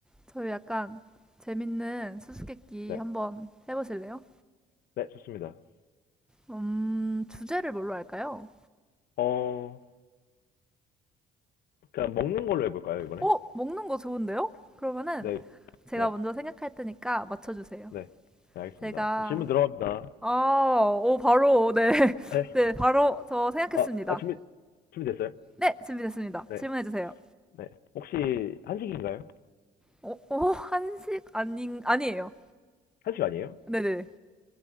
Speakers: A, in the centre; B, on the left (about 65°).
A: 저희 약간 재밌는 수수께끼
B: 네.
A: 한번 해보실래요?
B: 네, 좋습니다.
A: 음, 주제를 뭘로 할까요?
B: 어, 그냥 먹는 걸로 해볼까요, 이번에?
A: 어, 먹는 거 좋은데요? 그러면은
B: 네,
A: 제가
B: 네,
A: 먼저 생각할 테니까 맞춰주세요.
B: 네. 네, 알겠습니다.
A: 제가,
B: 그럼 질문 들어갑니다.
A: 아, 오, 바로, 네. <laughs>
B: 네.
A: 네, 바로 저 생각했습니다.
B: 아, 아, 준비, 준비됐어요?
A: 네, 준비됐습니다.
B: 네,
A: 질문해주세요.
B: 네. 혹시 한식인가요?
A: 어, 어, 한식? 아닌, 아니에요.
B: 한식 아니에요?
A: 네네. 네,